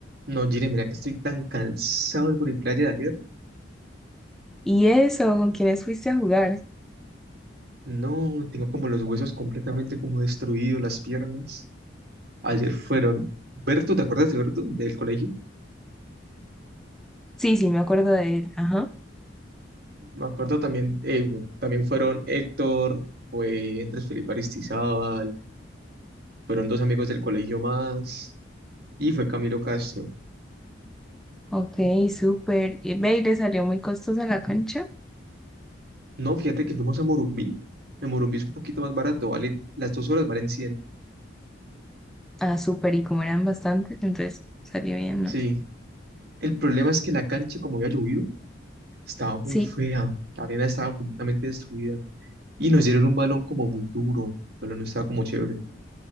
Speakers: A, on the right; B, in the centre.
A: No, Jire, mira que estoy tan cansado de por el playa de ayer.
B: ¿Y eso? ¿Con quiénes fuiste a jugar?
A: No, tengo como los huesos completamente como destruidos, las piernas. Ayer fueron Berto, ¿te acuerdas de Berto del colegio?
B: Sí, sí, me acuerdo de él. Ajá.
A: Me acuerdo también, eh, bueno, también fueron Héctor, fue Andrés Felipe Aristizábal, fueron dos amigos del colegio más y fue Camilo Castro.
B: Ok, súper. ¿Y ve, y le salió muy costosa la cancha?
A: No, fíjate que fuimos a Morumbí. En Morumbí es un poquito más barato, vale, las dos horas valen 100.
B: Ah, súper. Y como eran bastantes, entonces salió bien, ¿no?
A: Sí, el problema es que la cancha como había llovido, Estaba
B: Sí.
A: muy fea. La arena estaba completamente destruida. Y nos dieron un balón como muy duro. El balón no estaba como chévere.